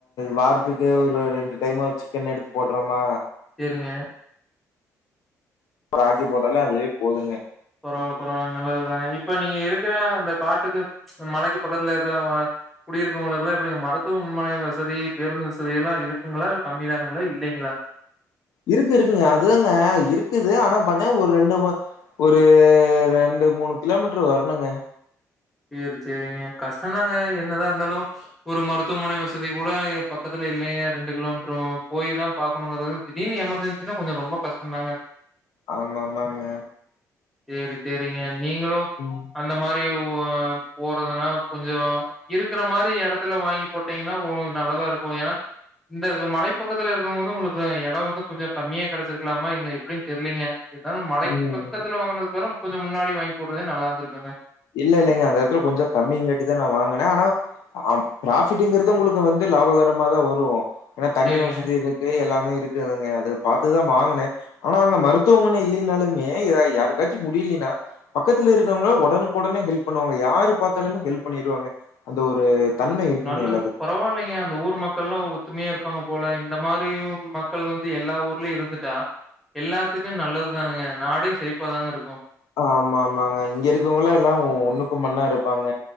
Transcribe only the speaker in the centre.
சேரிங்க
பரவாயில்ல பரவாயில்ல நல்லதுதானே இப்ப நீங்க இருக்கிற அந்த காட்டுக்கு மலைக்கி பக்கத்துல இருக்கறவங்க குடி இருக்கவங்களுக்கு எல்லா எப்படிங்க மருத்துவமனை வசதி பேருந்து வசதி எல்லா இருக்குங்களா இல்ல கம்மிதானுங்களா இல்லைங்களா
சேரி சேரிங்க கஷ்டதாங்க என்னதா இருந்தாலு ஒரு மருத்துவமனை வசதி கூட ஏ பக்கத்துல இல்லைங்க ரெண்டு கிலோமீட்டர் போயி தான் பாக்கணுங்கிறது திடீர்னு எமர்ஜென்சின்னா கொஞ்சம் ரொம்ப கஷ்ட்டந்தாங்க
சேரி சேரிங்க நீங்களும்
அந்த மாரி ஓ ஆ போறதுன்னா கொஞ்சோ இருக்கிற மாரி இடத்துல வாங்கி போட்டீங்கன்னா உங்களுக்கு நல்லதா இருக்கு ஏன்னா இந்த மலைப்பக்கத்துல இருக்கவங்க வந்து உங்களுக்கு இடம் வந்து கொஞ்ச கம்மியா கிடைச்சிருக்கலாமா இல்ல எப்டின்னு தெரியலீங்க இருந்தாலு மலைக்கு
பக்கத்துல வாங்கினதுக்கு பதிலா கொஞ்ச முன்னாடி வாங்கி போடுறதே நல்லா இருந்திருக்குங்க
சேரிங்க
நல்ல
பரவாயில்லைங்க அந்த ஊர் மக் மக்கள்லாம் ஒத்துமையா இருப்பாங்க போல இந்த மாரி மக்கள் வந்து எல்லா ஊர்லயும் இருந்துட்டா எல்லாத்துக்கும் நல்லது தானுங்க நாடே செழிப்பாதாங்க இருக்கும்